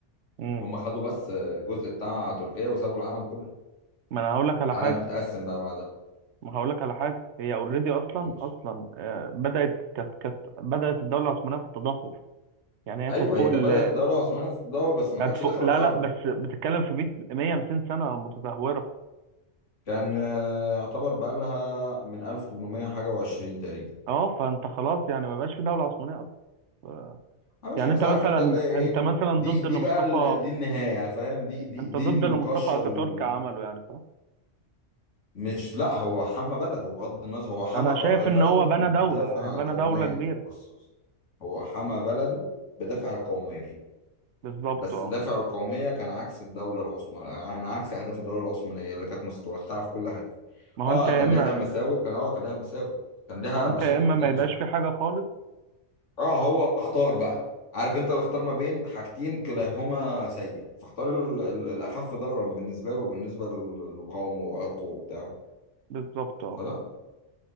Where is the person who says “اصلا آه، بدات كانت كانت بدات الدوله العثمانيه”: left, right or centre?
Right